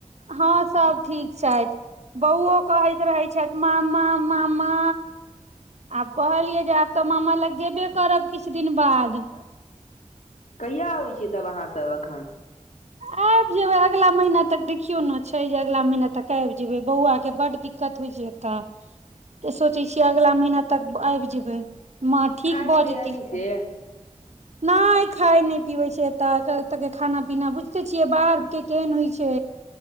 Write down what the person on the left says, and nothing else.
कहिया आबै छियै तब अहाँ सब एखन
खाय
पिबैये
नहि
से